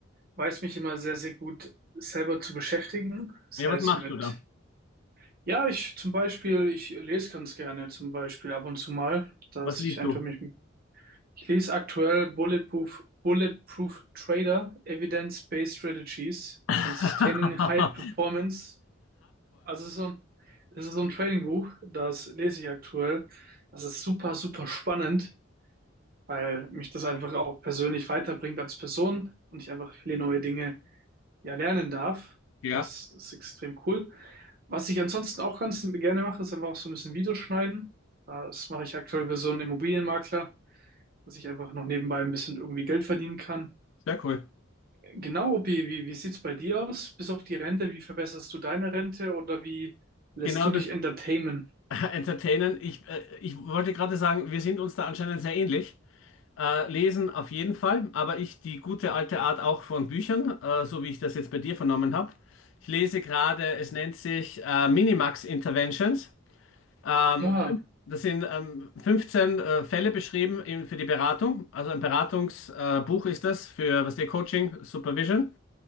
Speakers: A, on the right; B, on the left.
A: weiß mich immer sehr, sehr gut selber zu beschäftigen. Das
B: Ja,
A: heißt
B: was machst
A: mit,
B: du da?
A: ja, ich zum Beispiel, ich lese ganz gerne zum Beispiel ab und zu mal, dass
B: Was liest
A: ich einfach
B: du?
A: mich, ich lese aktuell Bulletproof, Bulletproof Trader, Evidence-Based Strategies
B: <laughs> Hardcore.
A: and Sustaining High Performance. Also es ist so ein, es ist so ein Trading-Buch, das lese ich aktuell. Das ist super, super spannend. weil mich das einfach auch persönlich weiterbringt als Person und ich einfach viele neue Dinge ja lernen darf.
B: Ja,
A: Das ist extrem cool. Was ich ansonsten auch ganz gerne mache, ist einfach auch so ein bisschen Videos schneiden. Das mache ich aktuell für so einen Immobilienmakler, dass ich einfach noch nebenbei ein bisschen irgendwie Geld verdienen kann.
B: sehr cool.
A: Genau, Opi, wie, wie sieht's bei dir aus? Bis auf die Rente, wie verbesserst du deine Rente oder wie lässt
B: Genau
A: du
B: das
A: dich entertainen?
B: <laughs> Entertainen. Ich, äh, ich wollte gerade sagen, wir sind uns da anscheinend sehr ähnlich. Äh, lesen auf jeden Fall, aber ich die gute alte Art auch von Büchern, äh, so wie ich das jetzt bei dir vernommen habe. Ich lese gerade, es nennt sich äh, Minimax Interventions. Ähm,
A: Oha.
B: das sind ähm, 15 äh, Fälle beschrieben in, für die Beratung. Also ein Beratungsbuch äh, Buch ist das für, was der Coaching, Supervision.